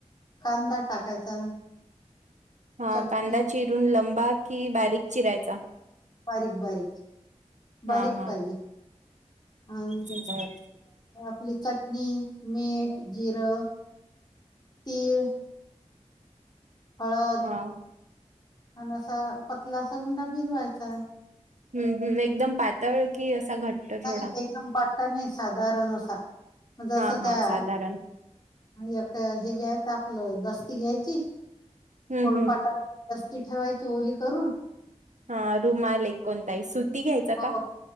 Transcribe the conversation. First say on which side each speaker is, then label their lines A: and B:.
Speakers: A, on the left; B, on the right.
A: कांदा टाकायचा.
B: हा
A: चटणी
B: कांदा चिरून लंबा कि बारीक चिरायचा
A: बारीक-बारीक.
B: हा
A: बारीक
B: हा
A: पाहिजे अ
B: बर.
A: आपली चटनी. टनी मीठ. जिर. तीळ. हळद
B: हा
A: आणि असा पतला अस उंडा भिजवायचा.
B: हम्म हम् एकदम पातळ कि असा घट्ट
A: नाही
B: थोडा?
A: एकदम पातळ नाही साधारण असा म्हणजं
B: हा हा
A: त्या
B: साधारण
A: एक हे घ्या. आपलं दस्ती घ्यायची
B: हम्म
A: पोळपाटावर
B: हम्म
A: ठेवायची ओली करून.
B: हा रुमाल. घ्यायचा
A: हो
B: का?